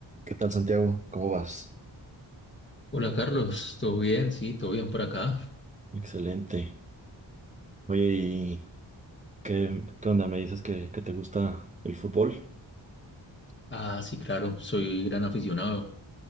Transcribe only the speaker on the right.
¿Qué tal, Santiago? ¿Cómo vas?
Excelente. Oye, ¿y qué, qué onda? ¿Me dices que, que te gusta el fútbol?